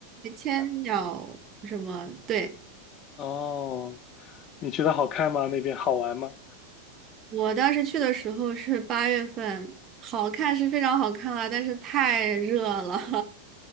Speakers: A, on the right (about 30°); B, on the left (about 35°).
A: 千鸟什么？对，
B: 哦，你觉得好看吗？那边好玩吗？
A: 我当时去的时候是八月份，好看是非常好看啊，但是太热了。<laughs>